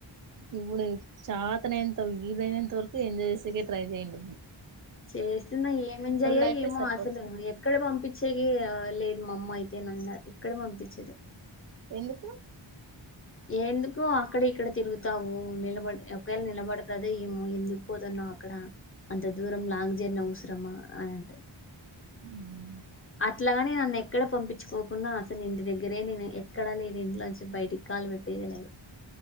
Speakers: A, on the right (about 40°); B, on the left (about 30°).
A: ఇప్పుడు చాతనైనంత వీలైనంత వరకు ఎంజాయ్ చేసేకే ట్రై చేయండి ఇక
B: చేస్తున్నా ఏమేంజయ్య
A: లైఫే
B: ఏమో
A: సరిపోదు
B: అసలు ఎక్కడ పంపించేగి లేదు. మా అమ్మ అయితే నన్ను ఎక్కడ పంపించదు.
A: ఎందుకు?
B: ఎందుకు అక్కడ ఇక్కడ తిరుగుతావు. నిలబడి ఒకవేళ నిలబడతద ఏమో ఎందుకు పోతున్నా అక్కడ అంత దూరం లాంగ్ జర్నీ అవసరమా అని అంట
A: ఆ
B: అట్లాగానే నన్ను ఎక్కడ పంపి ర్చుకోకుండా అసలు ఇంటి దగ్గరే నేను ఎక్కడా లేదే ఇంట్లో నుంచి బయటికి కాలు పెట్టేది లేదు.